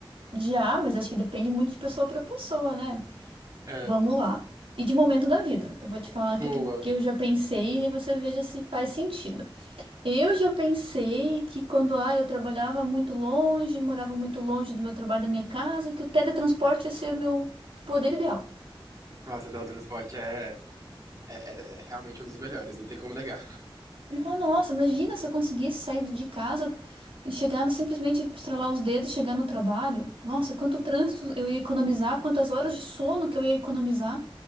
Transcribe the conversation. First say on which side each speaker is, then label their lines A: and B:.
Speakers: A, on the right; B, on the right.
A: Já, mas acho que depende muito de pessoa pra pessoa, né?
B: É,
A: Vamos lá. E de momento da vida. Eu vou te falar
B: boa.
A: o que, que que eu já pensei e você veja se faz sentido. Eu já pensei que quando ah, eu trabalhava muito longe, morava muito longe do meu trabalho, da minha casa, que o teletransporte ia ser o meu poder ideal.
B: Nossa, teletransporte é, é, é, é realmente um dos melhores, não tem como negar.
A: Eu falo, nossa, imagina se eu conseguisse sair de casa e chegar no, simplesmente estralar os dedos, chegar no trabalho. Nossa, quanto trânsito eu ia economizar, quantas horas de sono que eu ia economizar.